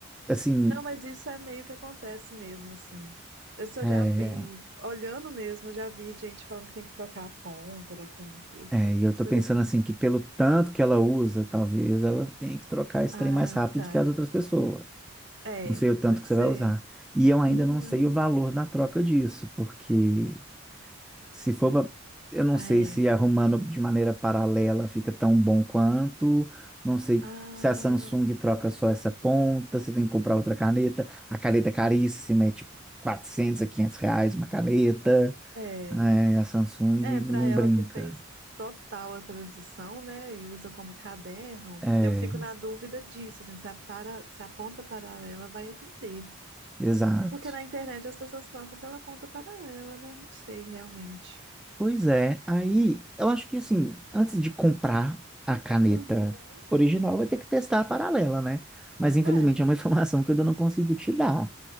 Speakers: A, in the centre; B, on the right.
A: assim,
B: Não, mas isso é meio que acontece mesmo, assim. Isso eu
A: é,
B: já vi, olhando mesmo, eu já vi gente falando que tem que trocar a ponta da caneta,
A: É, e eu
B: umas
A: tô
B: coisas
A: pensando
B: assim.
A: assim que pelo tanto que ela usa, talvez ela tenha que trocar esse
B: Ah,
A: trem mais rápido
B: tá.
A: do que as outras pessoas.
B: É,
A: Não sei o tanto
B: pode
A: que você
B: ser.
A: vai usar. E eu ainda
B: Uhum.
A: não sei o valor da troca disso, porque se for, pra- eu não
B: Ah,
A: sei
B: é.
A: se arrumando de maneira paralela fica tão bom quanto, não sei
B: Ah,
A: se a Samsung troca só essa ponta, você tem que comprar outra caneta. A caneta é caríssima, é tipo 400 a 500 reais uma caneta.
B: é.
A: É, a Samsung
B: É, para
A: não
B: ela
A: brinca.
B: que fez total a transição, né? E usa como caderno,
A: É,
B: eu fico na dúvida disso, assim, se a, para, se a ponta paralela vai atender.
A: Exato.
B: Porque na internet as pessoas trocam pela ponta paralela, né? Não sei realmente.
A: Pois é, aí eu acho que assim, antes de comprar a caneta
B: Uhum.
A: original, vai ter que testar a paralela, né? Mas infelizmente
B: É,
A: é uma <laughs> informação que eu ainda não consigo te dar.